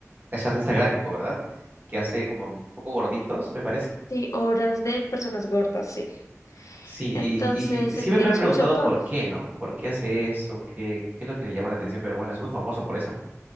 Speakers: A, on the right; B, on the left.
A: es artista gráfico, ¿verdad? Que hace como un poco gorditos, me parece.
B: Sí, obras de personas gordas, sí.
A: Sí,
B: Entonces,
A: y, y
B: él
A: sí me,
B: tiene
A: me han
B: su
A: preguntado
B: museo acá.
A: por qué, ¿no? ¿Por qué hace eso? ¿Qué, qué es lo que le llama la atención? Pero bueno, es muy famoso por eso, ¿no?